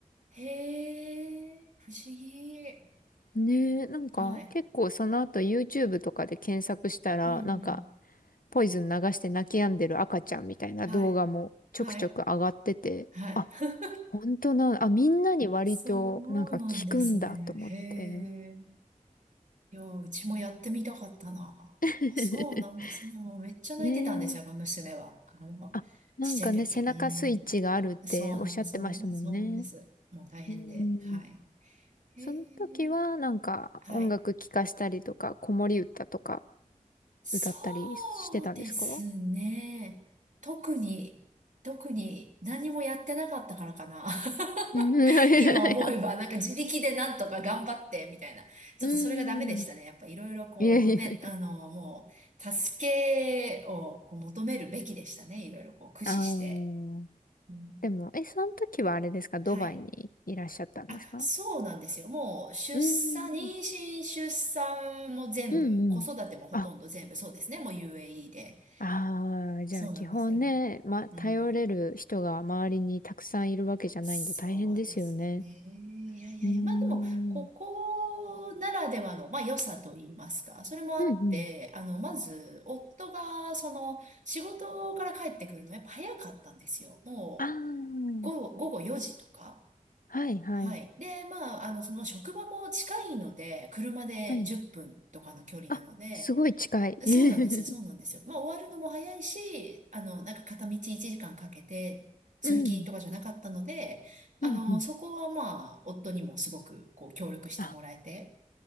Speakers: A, on the right (about 60°); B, on the left (about 85°).
A: へえ、不思議。
B: <laughs> ねえ、なんか結構その後
A: はい。
B: YouTube とかで検索したら、
A: うんうん。
B: なんかポイズン流して泣き止んでる赤ちゃんみたいな動画もちょくちょく上がってて、
A: はい。はい。はい。
B: あ、
A: <laughs>
B: 本当な、あ、みんなに割となんか聞くんだと思って。
A: そうなんですね。へえ。いや、うちもやってみたかったな。
B: <laughs>
A: あ、そうなんですね。もうめっちゃ泣いてたんですよ、
B: ねえ。
A: やっぱ娘は。あの、
B: あ、なんかね、
A: ちっちゃい時。
B: 背中スイッチがあるっておっしゃってましたもんね。
A: うん。そうなんです、そうなんです、そうなんです。もう大変で。
B: うん。
A: はい。へ
B: その時はなんか音楽聴かしたりとか、
A: え。はい。
B: 子守歌とか
A: そうですね。
B: 歌ったりしてたんですか
A: 特に、特に何もやってなかったからかな。
B: うん、
A: <laughs>
B: いやいやいや。
A: 今思えば、なんか自力でなんとか頑張って、みたいな。ちょっとそれがダメでしたね。
B: うん。<laughs>
A: やっぱいろいろこうね、
B: いやいやいや。
A: あの、もう、助けをこう求めるべきでしたね。いろいろこう駆使して。
B: あー
A: うん
B: でも、え、その時はあれですかドバイにいらっしゃったんですか
A: はい。あ、そうなんですよ。もう、出産、
B: うん。
A: 妊娠、出産も全部、
B: うんうん。
A: 子育てもほとんど全部、
B: あ、
A: そうですね。もう UAE で。
B: ああじゃあ基本ね、
A: そうなんですよ。
B: ま、
A: うん。
B: 頼れる人が周りにたくさんいるわけじゃないんで大変ですよね。
A: そうですね。いやいやいや、
B: うーん。
A: まあでも、ここならではの、まあ良さと言いますか、それもあって、
B: うんうん。
A: あの、まず、夫が、その、仕事から帰ってくるのやっぱ早かったんですよ。も
B: あ
A: う、午後、午後4時とか。
B: あ、はいはい。
A: はい。で、まあ、あの、その職場も近いので、車で10分とかの距離なので、
B: はい。あ、すごい近い。
A: そうなんですよ、そうなんですよ。
B: <laughs>
A: まあ、終わるのも早いし、あの、なんか片道1時間かんかけて通勤とかじゃなかったので、
B: うん。
A: あの、
B: うん、うん。
A: そこはまあ、夫にもすごくこう協力してもらえて、
B: あ、